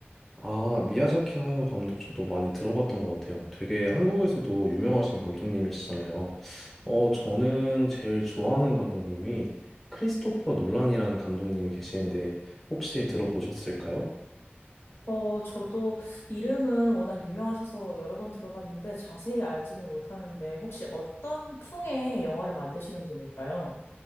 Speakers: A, in the centre; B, on the left.
A: 아, 미야자키 하야 감독 저도 많이 들어봤던 것 같아요. 되게 한국에서도 유명하신 감독님이시잖아요. 어, 저는 제일 좋아하는 감독님이 크리스토퍼 놀란이라는 감독님이 계시는데 혹시 들어보셨을까요?
B: 어, 저도 이름은 워낙 유명하셔서 여러 번 들어봤는데 자세히 알지는 못하는데 혹시 어떤 풍의 영화를 만드시는 분일까요?